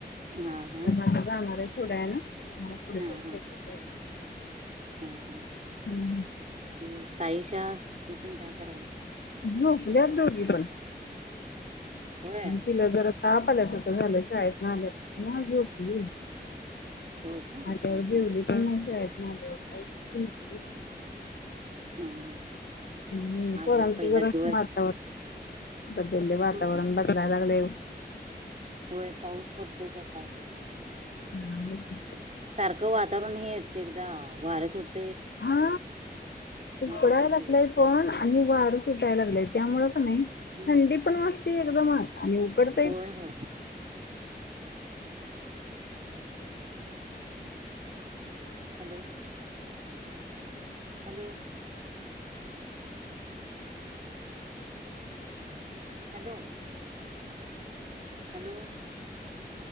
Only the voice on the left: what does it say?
त्यांना आता जाणार आहेत. थोड्या वेळानं त्यामुळं
<unintelligible>
हम्म.
झोपल्यात दोघी पण.
तिला जरा ताप आल्यासारखं झालंय शाळेतनं आल्यापासनं झोपली.
आल्यावर जेवली
पण नाही शाळेत झाल्यावर <unintelligible>
हूं
पोरांची
जरा
वातावर बदललय वातावरण
बदलायला लागले.
हा नाहीे की.
हा उकडायला
लागलाय पण, आणि वारं सुटायला लागलाय. त्यामुळ पण नाही
थंडी पण वाजती एकदमच आणि उकडतेय.